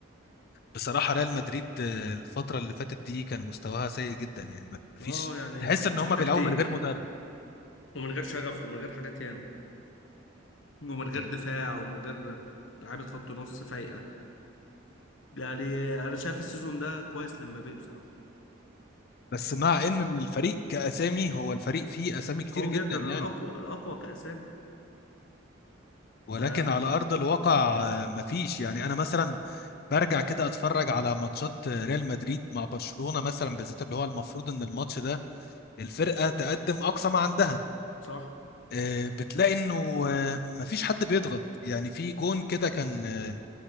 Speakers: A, on the left; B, on the left.
A: بصراحة ريال مدريد آه، الفترة اللي فاتت دي كان مستواها سيء جدا يعني ما فيش
B: اه يعني
A: تحس
B: ما كانش
A: ان هم
B: فيه تكتيك
A: بيلعبوا من غير مدرب
B: ومن غير شغف ومن غير حاجات ياما ومن غير
A: مم.
B: دفاع ومن غير لعيبة خط نص فايقة يعني أنا شايف السيزون ده كويس لمبابي بصراحة
A: بس مع ان إن الفريق كاسامي هو الفريق فيه اسامي كتير
B: قوي
A: جدا
B: جدا
A: يعني
B: الأقوى الأقوى كأسامي
A: ولكن
B: ده
A: على ارض الواقع آه، مفيش يعني انا مثلا برجع كده اتفرج على ماتشات آه، ريال مدريد مع برشلونة مثلا بالذات اللي هو المفروض ان الماتش ده الفرقة تقدم أقصى ما عندها
B: صح
A: آه، بتلاقي إنه آه، مفيش حد بيضغط يعني في جون كده كان آه،